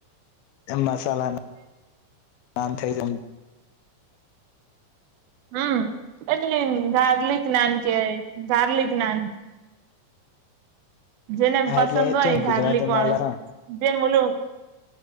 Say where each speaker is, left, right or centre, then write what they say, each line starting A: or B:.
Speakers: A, on the left; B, on the right.
A: એ મસાલા થઇ જ
B: હમ એટ ગાર્લિક નાન કેવાય ગાર્લિક નાન જેને
A: હા
B: પસંદ
A: એટલે એ છે
B: હોય
A: ને
B: ગાર્લિક
A: ગુજરાતીમાં
B: વાળું
A: લસણ
B: જેમલું